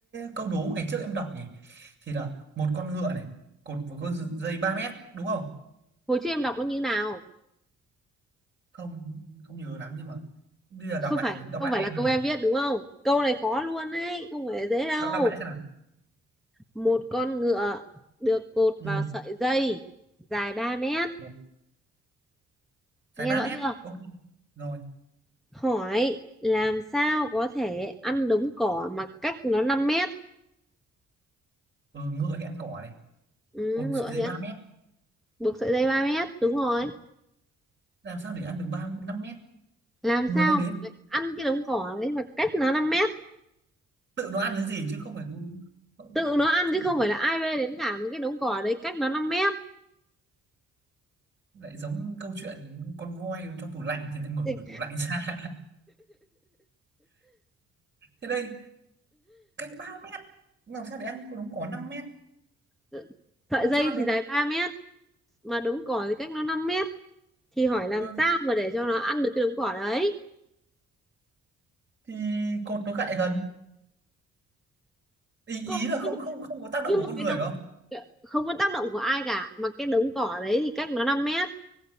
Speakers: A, on the right; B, in the centre.
A: câu đố ngày trước em đọc nhỉ thì là một con ngựa này cột vào con dây 3 mét đúng không
B: hồi trước em đọc nó như nào
A: không không nhớ lắm nhưng mà bây giờ
B: không
A: đọc lại
B: phải
A: đọc
B: không
A: lại
B: phải
A: em
B: là câu
A: là
B: em viết đúng không câu này khó luôn đấy không phải dễ đâu
A: đọc đọc lại xem nào
B: một con ngựa được cột
A: ừ.
B: vào sợi dây dài 3 mét
A: Rồi. Dài
B: nghe
A: 3
B: rõ
A: mét
B: chưa
A: ok rồi
B: hỏi làm sao có thể ăn đống cỏ mà cách nó 5 mét
A: ừ, ngựa thì ăn cỏ này
B: ừ,
A: cột
B: ngựa
A: sợi dây
B: thì
A: 3
B: ăn
A: mét
B: buộc sợi dây 3 mét đúng rồi
A: làm sao để ăn được ba 5 mét
B: làm
A: người
B: sao
A: mang đến
B: mà lại ăn cái đống cỏ đấy mà cách nó 5 mét
A: tự nó ăn cái gì chứ không phải cứ-
B: tự nó ăn
A: không
B: chứ
A: phải-
B: không phải là ai bê đến cả một cái đống cỏ đấy cách nó năm mét
A: lại giống câu chuyện con voi cho tủ lạnh thì lại mở
B: thì
A: cửa tủ lạnh ra <laughs> thế đây cách 3 mét làm sao để ăn con đống cỏ 5 mét
B: ờ, sợi
A: làm
B: dây
A: sao ăn được
B: thì dài 3 mét mà đống cỏ thì cách nó 5 mét thì hỏi làm
A: ừ.
B: sao mà để cho nó ăn được cái đống cỏ đấy
A: thì cột nó gại gần ý ý
B: Còn,
A: là không
B: nhưng mà,
A: không không có tác động
B: nhưng
A: của
B: mà
A: con
B: cái
A: người
B: đống
A: phải không
B: ờ, không có tác động của ai cả mà cái đống cỏ đấy thì cách nó 5 mét